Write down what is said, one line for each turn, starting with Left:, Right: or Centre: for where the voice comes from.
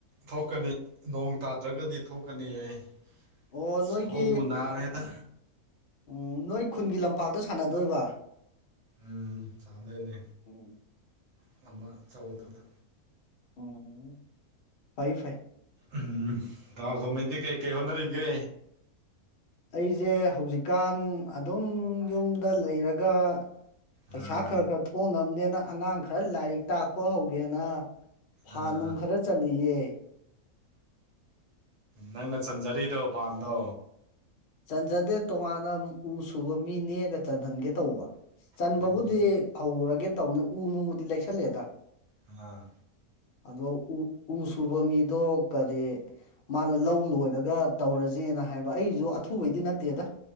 Right: ꯊꯣꯛꯀꯅꯤ ꯅꯣꯡ ꯇꯥꯗ꯭ꯔꯒꯗꯤ ꯊꯣꯛꯀꯅꯤ ꯑꯩ
Left: ꯑꯣ
Right: ꯑꯁ
Left: ꯅꯣꯏꯒꯤ
Right: ꯀꯣꯣꯡꯕꯨꯟꯅꯔꯦꯗ
Left: ꯎꯝ ꯅꯣꯏ ꯈꯨꯟꯒꯤ ꯂꯝꯄꯥꯛꯇ ꯁꯥꯟꯅꯗꯣꯏꯕ
Right: ꯎꯝ ꯆꯥꯟꯗꯅꯦ
Left: ꯎꯝ
Right: ꯑꯃꯝꯕ ꯆꯒꯗ꯭ꯔꯗ
Left: ꯎꯝ ꯐꯥꯏ ꯐꯥꯏ
Right: ꯎꯝ ꯥꯜꯈꯣꯡꯍꯩꯗꯤ ꯀꯩ ꯀꯩ ꯍꯣꯠꯅꯔꯤꯒꯦ
Left: ꯑꯩꯁꯦ ꯍꯧꯖꯤꯛꯀꯥꯟ ꯑꯗꯨꯝ ꯌꯨꯝꯗ ꯂꯩꯔꯒ ꯄꯩꯁꯥ
Right: ꯑꯥ
Left: ꯈꯔ ꯈꯔ ꯊꯣꯡꯅꯕꯅꯦꯅ ꯑꯉꯥꯡ ꯈꯔ ꯂꯥꯏꯔꯤꯛ ꯇꯥꯛꯄ ꯍꯧꯒꯦꯅ ꯐꯥꯟ
Right: ꯑꯥ
Left: ꯅꯨꯡ ꯈꯔ ꯆꯜꯂꯤꯌꯦ
Right: ꯅꯪꯅ ꯆꯟꯖꯔꯤꯔꯣ ꯐꯟꯗꯣ
Left: ꯆꯟꯖꯗꯦ ꯇꯣꯉꯥꯟꯅ ꯎ ꯁꯨꯕ ꯃꯤ ꯅꯦꯛꯒ ꯆꯟꯍꯟꯒꯦ ꯇꯧꯕ ꯆꯟꯕꯕꯨꯗꯤ
Right: ꯎꯝ
Left: ꯍꯧꯔꯒꯦ ꯇꯧꯅꯦ ꯎ ꯅꯣꯡꯕꯨꯗꯤ ꯂꯩꯁꯜꯂꯦꯗ
Right: ꯑꯥ
Left: ꯑꯗꯣ ꯎ ꯁꯨꯕ ꯃꯤꯗꯣ ꯀꯔꯤ ꯃꯥꯅ ꯂꯧ ꯂꯣꯏꯔꯒ ꯇꯧꯔꯁꯦꯅ ꯍꯥꯏꯕ ꯑꯩꯁꯨ ꯑꯊꯨꯕꯩꯗꯤ ꯅꯠꯇꯦꯗ